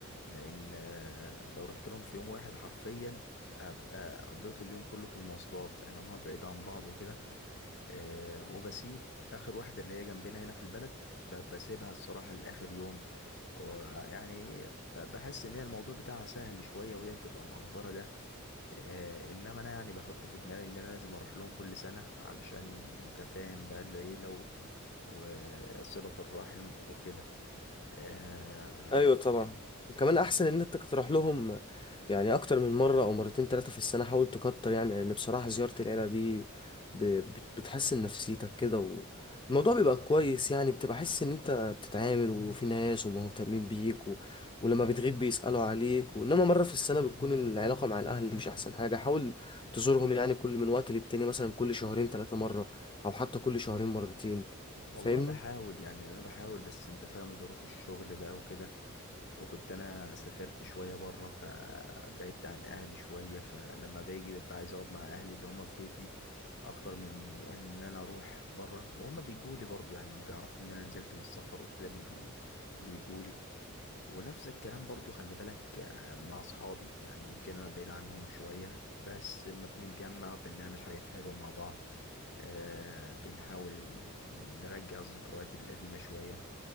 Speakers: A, on the left (about 55°); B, on the left (about 25°).
A: لان آه لو رحت لهم في يوم واحد حرفيا ابقى قضيت اليوم كله في المواصلات يعني هما بعيد عن بعض وكده آه وبسيب اخر واحده اللي هي جنبنا هنا في البلد ب- بسيبها الصراحه لاخر يوم ويعني ب- بحس ان هي الموضوع بتاعها سهل شويه وهي بتبقى مقدره ده آه انما انا يعني بحط في دماغي ان انا لازم اروح لهم كل سنه علشان انت فاهم بقى العيله و- وصله الرحم وكده آه
B: ايوه طبعا كمان احسن ان انت تروح لهم يعني اكتر من مره او مرتين ثلاثه في السنه حاول تكتر يعني لان بصراحه زياره العيله دي ب- بت- بتحسن نفسيتك كده والموضوع بيبقى كويس يعني بتبقى حاسس ان انت بتتعامل وفي ناس ومهتمين بيك و... ولما بتغيب بيسالوا عليك وانما مره في السنه بتكون العلاقه مع الاهل مش احسن حاجه حاول تزورهم يعني كل من وقت للتاني مثلا كل شهرين ثلاثه مره او حتى كل شهرين مرتين
A: والله
B: فاهمني
A: بحاول يعني انا بحاول بس انت فاهم ظروف الشغل بقى وكده وكنت انا سافرت شويه بره فبعدت عن اهلي شويه فلما باجي ببقى عايز اقعد مع اهلي اللي هم في بيتي اكتر من ان انا اروح بره وهم بيجوا لي برضو يعني لما بيعرفوا ان انا نزلت من السفر وكده بي بي بيجوا لي ونفس الكلام برضو خلي بالك آه، مع اصحابي يعني يمكن انا بعيد عنهم شوية بس لما بنتجمع بنعمل حاجات حلوة مع بعض آه بنحاول نرجع الذكريات القديمة شوية